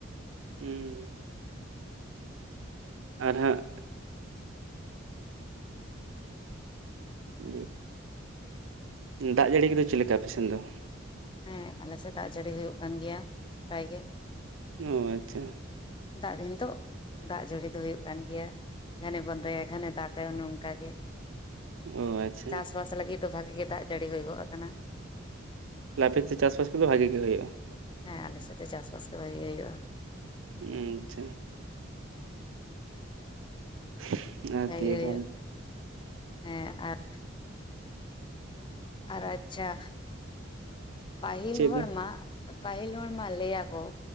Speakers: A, on the right (about 85°); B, on the left (about 25°).
A: ᱩᱻ ᱟᱨ ᱦᱟᱜᱼᱼ ᱯ <inaudible> ᱫᱟᱜ ᱡᱟᱹᱲᱤ ᱠᱚᱫᱚᱹ ᱪᱮᱫ ᱞᱮᱠᱟ ᱟᱯᱮ ᱥᱮᱱ ᱫᱚ?
B: ᱦᱮᱸ ᱟᱸᱞᱮ ᱥᱮᱫ ᱫᱟᱜ ᱡᱟᱹᱲᱤ ᱦᱩᱭᱩᱜ ᱠᱟᱱ ᱜᱮᱭᱟᱹ ᱯᱨᱟᱭᱹ ᱜᱮ᱾
A: ᱚ ᱟᱪᱪᱷᱟ᱾
B: ᱫᱟᱜ ᱫᱤᱱ ᱛᱳᱜ ᱫᱟᱜ ᱡᱟᱹᱲᱤ ᱫᱚ ᱦᱩᱭᱩᱜ ᱠᱟᱱ ᱜᱮᱭᱟ᱾ ᱜᱷᱟᱱᱮ ᱵᱚᱱᱫᱚᱭᱟ ᱜᱷᱟᱱᱮ ᱫᱟᱜᱟᱭ ᱚᱱᱮ ᱚᱱᱠᱟ ᱜᱮ᱾
A: ᱚ ᱟᱪᱪᱷᱟ
B: ᱪᱟᱥᱵᱟᱥ ᱞᱟᱹᱜᱤᱫ ᱫᱚ ᱵᱷᱟᱜᱮ ᱜᱮ ᱫᱟᱜ ᱡᱟᱹᱲᱤ ᱦᱩᱭ ᱜᱚᱫ ᱠᱟᱱᱟ᱾
A: ᱛᱟᱦᱞᱮ ᱟᱯᱮ ᱥᱮᱫ ᱪᱟᱥᱵᱟᱥ ᱠᱚᱫᱚᱸ ᱵᱷᱟᱜᱮ ᱜᱮ ᱦᱩᱭᱩᱜᱼᱟ᱾
B: ᱦᱮᱸ ᱟᱞᱮ ᱥᱮᱫ ᱫᱚ ᱪᱟᱥᱵᱟᱥ ᱫᱚ ᱵᱷᱟᱜᱮ ᱜᱮ ᱦᱩᱭᱩᱜᱼᱟ᱾
A: ᱩ ᱟᱪᱪᱷᱟ᱾ <unintelligible>
B: ᱦᱮᱡ ᱦᱩᱭᱩᱜᱼᱟ,
A: ᱠᱷᱟᱱ
B: ᱦᱮᱸ ᱟᱨᱼᱼ ᱟᱨ ᱟᱪᱪᱷᱟ᱾ ᱯᱟᱦᱤᱞ
A: ᱪᱮᱫ
B: ᱦᱚᱲ
A: ᱫᱚ
B: ᱢᱟ ᱯᱟᱦᱤᱞ ᱦᱚᱲ ᱢᱟ ᱞᱟᱹᱭᱟᱠᱚ